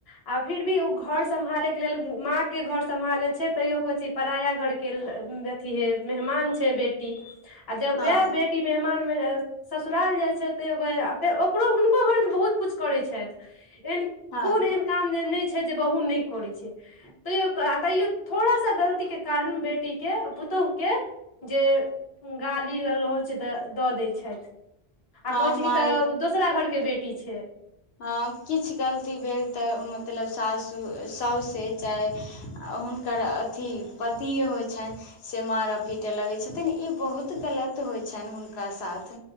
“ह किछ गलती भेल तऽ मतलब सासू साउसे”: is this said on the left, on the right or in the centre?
Left